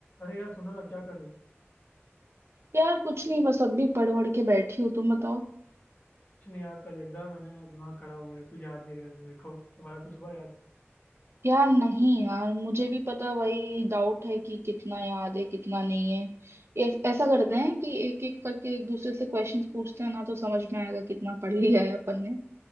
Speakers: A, on the left; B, on the right.
A: अरे यार सुनो ना क्या कर रहे हो
B: यार कुछ नहीं बस अभी पढ़ वढ़ के बैठी हूँ तुम बताओ
A: कुछ नहीं यार कल एग्जाम है ना यार दिमाग खराब हो रहा है कुछ याद नहीं रह रहा मेरे को तुम्हारा कुछ हुआ याद
B: यार नहीं यार मुझे भी पता वही डाउट है कि कितना याद है कितना नहीं है ए, ऐसा करते हैं कि एक एक करके एक दूसरे से क्वेश्चंस पूछते हैं ना तो समझ में आएगा कितना पढ़ लिया है अपन ने